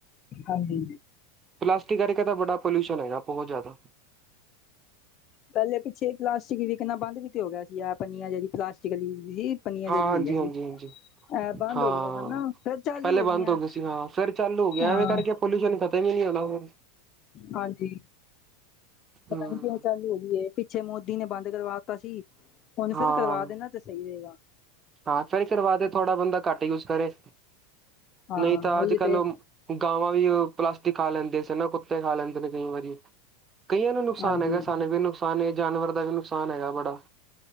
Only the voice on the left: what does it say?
ਹਾਂਜੀ।
ਪਹਿਲੇ ਪਿੱਛੇ ਪਲਾਸਟਿਕ ਵਿਕਨਾ ਬੰਦ ਵੀ ਤੇ ਹੋ ਗਿਆ ਸੀ, ਇਹ ਪਨੀਆਂ ਜਿਹੜੀ ਪਲਾਸਟਿਕ ਵਾਲੀ ਵਿਕਦੀ ਸੀ। ਪਨੀਆਂ
ਜਿਹੜੀ
ਹੈਗੀਆਂ
ਸੀ।
ਐ ਬੰਦ
ਹੋ ਗਈਆਂ ਸਨ ਨਾ, ਫੇਰ ਚਾਲੂ
ਗਈਆਂ।
ਹਾਂ,
ਹਾਂਜੀ। ਪਤਾ
ਨੀ ਕਿਉੰ ਚਾਲੂ ਹੋਗੀ ਏ, ਪਿੱਛੇ ਮੋਦੀ ਨੇ ਬੰਦ ਕਰਵਾਤਾ ਸੀ। ਹੁਣ
ਸੇਰ ਕਰਵਾ ਦੇਣਾ ਤੇ ਸਹੀ ਰਹੇਗਾ।
ਹਾਂ,
ਉਹੀ
ਤੇ
ਹਾਂਜੀ,